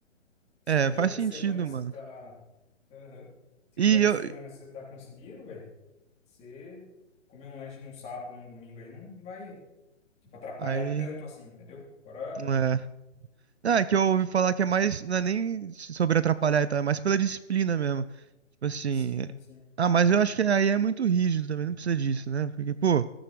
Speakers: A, on the left; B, on the right.
A: Se
B: é,
A: durante
B: faz sentido,
A: a semana você
B: mano.
A: tá. Aham. Se
B: E
A: durante
B: eu.
A: a semana você tá conseguindo, velho, você comer um lanche num sábado, num domingo aí, não vai, tipo, atrapalhar
B: Aí.
A: tanto assim, entendeu? Agora.
B: É. Ah, é que eu ouvi falar que é mais, não é nem sobre atrapalhar e tal, é mais pela disciplina mesmo. Tipo assim,
A: Sim, sim.
B: ah, mas eu acho que aí é muito rígido também, não precisa disso, né? Porque, pô,